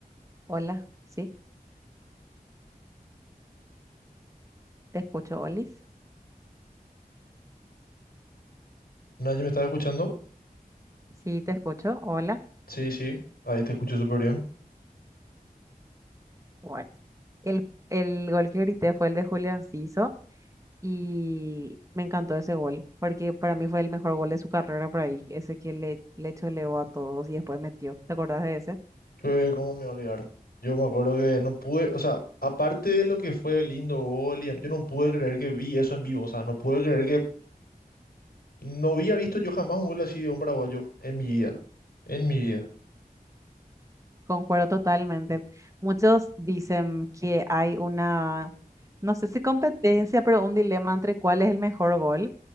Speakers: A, on the right (about 20°); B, on the left (about 75°).
A: Hola, sí, te escucho, Olis.
B: Nadie me estaba escuchando.
A: Sí, te escucho, hola.
B: Sí, sí, ahí te escucho súper bien.
A: Bueno, el, el gol que grité fue el de Julio Enciso. Y me encantó ese gol, porque para mí fue el mejor gol de su carrera por ahí, ese que le, le choleó a todos y después metió. ¿Te acordás de ese?
B: Eh, ¿Cómo me voy a olvidar? Yo me acuerdo que no pude, o sea, aparte de lo que fue el lindo gol, y- yo no pude creer que vi eso en vivo, o sea, no pude creer que no había visto yo jamás un gol así de un paraguayo en mi vida, en mi vida.
A: Concuerdo totalmente. Muchos dicen que hay una, no sé si competencia, pero un dilema entre cuál es el mejor gol,